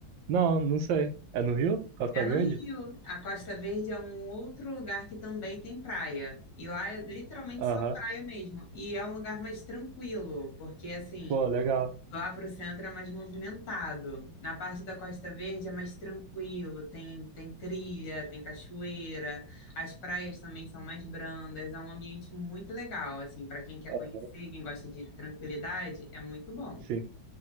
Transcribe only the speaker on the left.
É no
Rio. A Costa Verde é um outro lugar que também tem praia. E lá é literalmente
só praia mesmo. E é um lugar mais tranquilo, porque assim,
lá pro centro é mais movimentado. Na parte da Costa Verde é mais tranquilo, tem, tem trilha, tem cachoeira, as praias também são mais brandas. É um ambiente muito legal, assim, para quem quer
conhecer, quem gosta de tranquilidade, é muito bom.